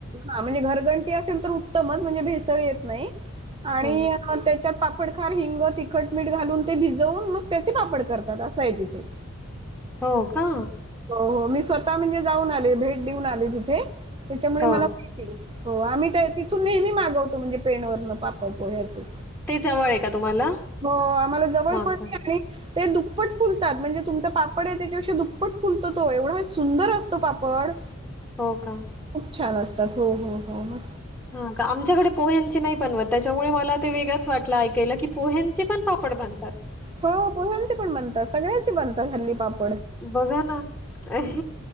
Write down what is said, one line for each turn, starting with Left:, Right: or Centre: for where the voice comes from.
Right: हा म्हणजे घरघंटी असेल, तर उत्तमच म्हणजे भेसळ येत नाही. आणि
Centre: हं.
Right: त्याच्यात पाप पडखार, हिंग, ती खटमीठ घालून ते भिजवून, मग त्याचे पापड करतात असं हाय तिथे.
Centre: हो का?
Right: हो हो मी स्वतः म्हणजे जाऊन आले भेट देऊन आले तिथे. त्याच्यामुळे
Centre: हो.
Right: मला <unintelligible> हो आम्ही ते तिथून नेहमी मागवतो म्हणजे पेणवरणं पापड पोह्याचं.
Centre: ते जवळ आहे का तुम्हाला?
Right: हो आम्हाला जवळ
Centre: मागून.
Right: पडते आणि ते दुप्पट फुलतात म्हणजे तुमचा पापड आहे. त्याच्यापेक्षा दुप्पट फुलतो तो एवढा सुंदर असतो पापड
Centre: हो का?
Right: खूप छान असतात हो हो हो म
Centre: हं का आमच्याकडे पोह्यांचे नाही बनवत त्याच्यामुळे मला ते वेगळंच वाटलं ऐकायला की पोह्यांचे पण पापड बनतात.
Right: हो, पोह्यांचे पण बनतात, सगळ्याचे बनतात हल्ली पाप
Centre: बघा ना अ